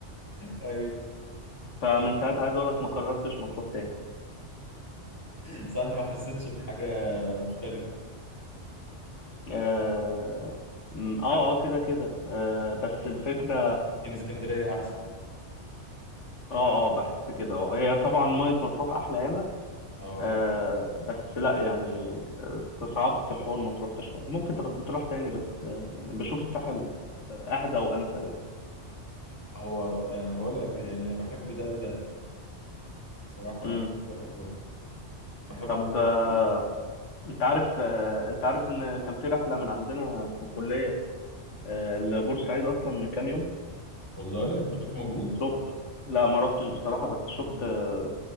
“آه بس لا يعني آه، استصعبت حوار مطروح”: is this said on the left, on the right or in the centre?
Left